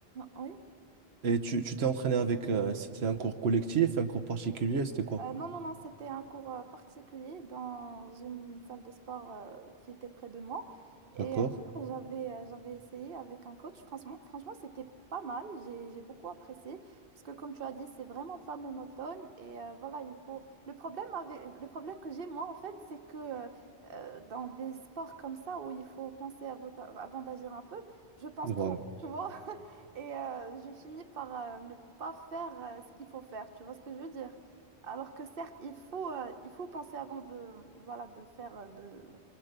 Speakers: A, on the right; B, on the right.
A: Oui.
B: et tu, tu t'es entraîné avec, euh, c'était un cours collectif, un cours particulier, c'était quoi?
A: Euh, non, non, non, c'était un cours euh, particulier dans une salle de sport euh, qui était près de moi. Et
B: D'accord?
A: euh, voilà, j'avais euh, j'avais essayé avec un coach. Franchement, franchement, c'était pas mal. J'ai, j'ai beaucoup apprécié. Parce que comme tu as dit, c'est vraiment pas monotone. Et euh, voilà, il faut... Le problème avec... Le problème que j'ai, moi, en fait, c'est que euh, dans des sports comme ça, où il faut penser avant avant d'agir un peu, je pense
B: Voilà.
A: trop, tu vois? <laughs> Et euh, je finis par euh, ne pas faire euh, ce qu'il faut faire. Tu vois ce que je veux dire? Alors que certes, il faut, euh, il faut penser avant de, voilà, de faire, euh, de,